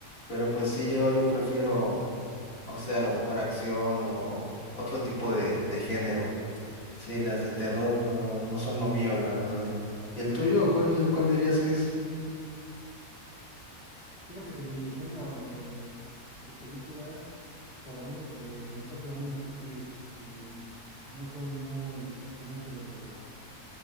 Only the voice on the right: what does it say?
Entonces,
fíjate que mi género de, de películas, por lo mismo que me pasa lo mismo que ti, que n- no soy muy cinéfilo por,